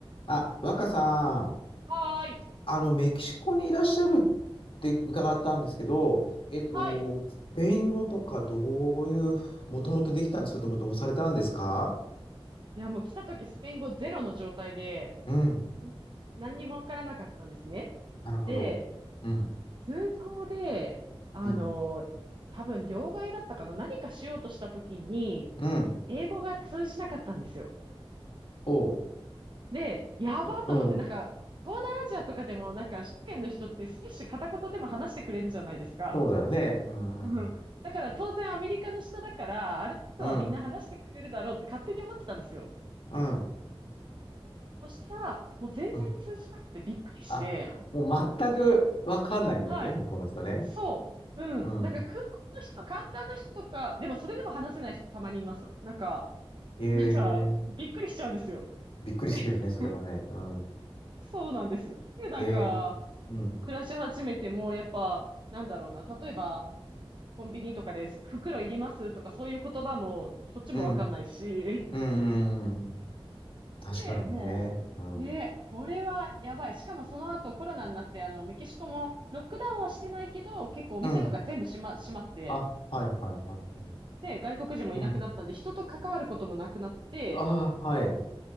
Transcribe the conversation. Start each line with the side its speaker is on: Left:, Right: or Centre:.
Left: あ、若さん、
Right: はーい。
Left: あの、メキシコにいらっしゃるって伺ったんですけど、えっと、
Right: はい。
Left: スペイン語とかどういう、もともとできたんですけども、どうされたんですか
Right: いや、もう来た時スペイン語ゼロの状態で、
Left: うん。
Right: ん何にもわからなかったんですね。
Left: なるほど。
Right: で、
Left: うん。
Right: 空港で、あの、
Left: うん。
Right: 多分両替だったかな何かしようとした時に、
Left: うん。
Right: 英語が通じなかったんですよ。
Left: おう。
Right: で、やばーと思って、
Left: うん。
Right: なんか、東南アジアとかでも、なんか、首都圏の人って少し片言でも話してくれるじゃないですか。
Left: そうだよね。うん。
Right: うんだから当然アメリカの人だから、
Left: うん。
Right: ある程度はみんな話してくれるだろうって勝手に思ってたんですよ。
Left: うん。うん。
Right: そしたら、もう全然通じなくてびっくりして、
Left: うんあ、もう全くわかんないんですね、
Right: はい。
Left: 向こうの人ね。
Right: そう。うん。
Left: うん。
Right: なんか空港の人は、簡単な人とか、でもそれでも話せない人たまにいます。なんか、
Left: ええ
Right: なんか、びっくりしちゃうんですよ。
Left: びっくりするよね、
Right: <laughs>
Left: それはね。うん。
Right: そうなんです。で、なんか、
Left: ええうん。
Right: 暮らし始めても、やっぱ、なんだろうな、例えば、コンビニとかで袋いりますとか、そういう言葉も、こっちもわかんないし、
Left: うん。うん。うん。うん確かにね。
Right: で、もう、
Left: うん。
Right: ね、これはやばい。しかもその後コロナになって、あの、メキシコもロックダウンはしてないけど、結構お店とか全部閉ま、
Left: うん。
Right: 閉まって、
Left: あ、はいはいはいはい。
Right: で、外国人もいなくなったんで、
Left: うん。
Right: 人と関わることもなくなって、
Left: あ、はい。